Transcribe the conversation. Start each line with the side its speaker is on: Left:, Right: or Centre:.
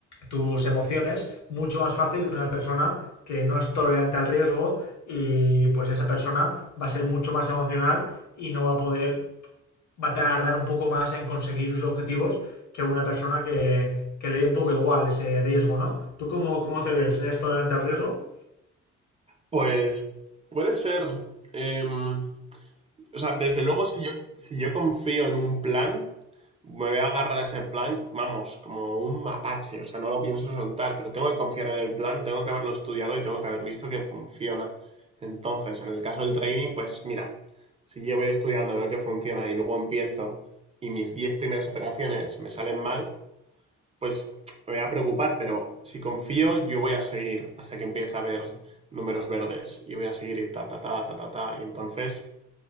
Left: tus emociones mucho más fácil que una persona que no es tolerante al riesgo y pues esa persona va a ser mucho más emocional y no va a poder, va a tardar un poco más en conseguir sus objetivos que una persona que, que le dé un poco igual ese riesgo, ¿no? ¿Tú cómo, cómo te ves? ¿Eres tolerante al riesgo?
Right: Pues puede ser... em, O sea, desde luego, si yo, si yo confío en un plan, me voy a agarrar a ese plan, vamos, como un mapache, o sea, no lo pienso soltar, pero tengo que confiar en el plan, tengo que haberlo estudiado y tengo que haber visto que funciona. Entonces, en el caso del trading, pues mira, si yo voy estudiando, veo que funciona y luego empiezo y mis 10 primeras operaciones me salen mal, pues me voy a preocupar, pero si confío, yo voy a seguir hasta que empiece a ver números verdes y voy a seguir y ta, ta, ta, ta, ta, ta. Y entonces